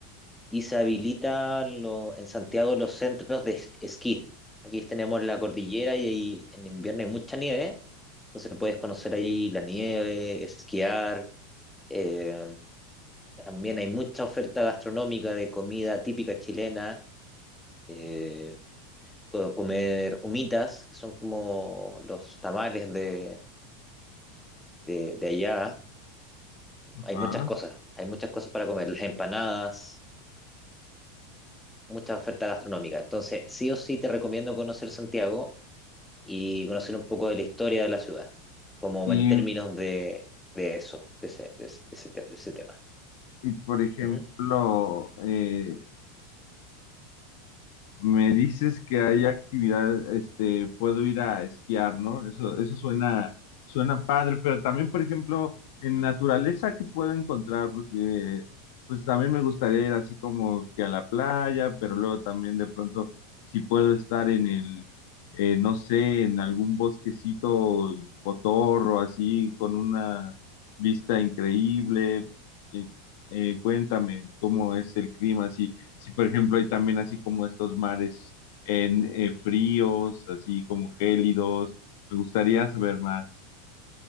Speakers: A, in the centre; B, on the left (about 55°).
A: y se habilita lo- en Santiago los centros de es- esquí. Aquí tenemos la cordillera y ahí en invierno hay mucha nieve, entonces puedes conocer ahí la nieve, esquiar. eh, también hay mucha oferta gastronómica de comida típica chilena, eh, co- comer humitas, que son como los tamales de, de, de allá. Hay
B: Ajá.
A: muchas cosas, hay muchas cosas para comer, las empanadas, mucha oferta gastronómica. Entonces, sí o sí te recomiendo conocer Santiago y conocer un poco de la historia de la ciudad, como
B: Y,
A: en términos de, de eso, de ese, de ese- de ese te- de ese tema.
B: y, por ejemplo,
A: Ujú.
B: eh, Me dices que hay actividad, este, puedo ir a esquiar, ¿no? Eso, eso suena, suena padre, pero también, por ejemplo, en naturaleza, ¿qué puedo encontrar? Porque, pues también me gustaría ir así como que a la playa, pero luego también de pronto, si puedo estar en el, eh, no sé, en algún bosquecito cotorro, así, con una vista increíble. Eh, eh, cuéntame cómo es el clima, así si por ejemplo hay también así como estos mares en eh, fríos, así como gélidos, me gustaría saber más.